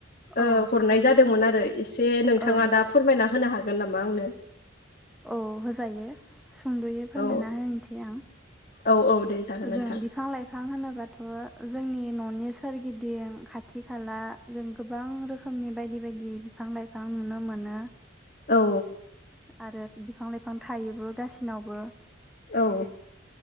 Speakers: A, on the left; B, in the centre.
A: ओ
B: औ
A: हरनाय जादोंमोन आरो एसे नोंथाङा
B: औ
A: दा फोरमायना। होनो हागोन। गोन नामा आंनो
B: औ होजायो सुंद'यै फोरमायना
A: औ
B: होनोसै आं।
A: औ औ दे जागोन नोंथां
B: जों बिफां लाइफां होनोबाथ' जोंनि न'नि सोरगिदिं खाथि खाला जों गोबां रोखोमनि बायदि बायदि बिफां लाइफां नुनो मोनो।
A: औ
B: आरो बिफां लाइफां थायोबो गासिनावबो
A: औ